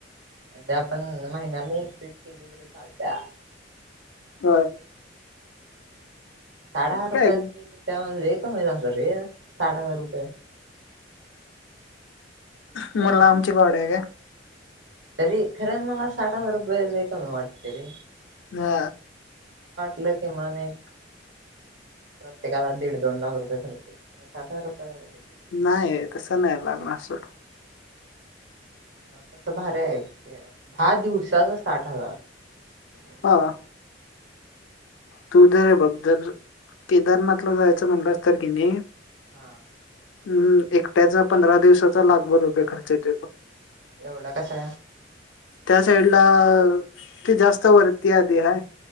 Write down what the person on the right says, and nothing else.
सध्या पण महिन्यान एक ट्रीप गेली तरी चालत्या
साठ हजार रुपयात
लई कमीत रे साठ हजार रुपये
नाही
नाही
तरी खरं मला साठ हजार रुपये लई कमी वाटते रे
लं किमान एक प्रत्येकाला दीड दोन लाख रुपये खर्च होईल पण साठ हजार रुपयेत झाले. की
मग तसं भारी आहे दहा दिवसाचा साठ हजार.
हा
एवढा कसा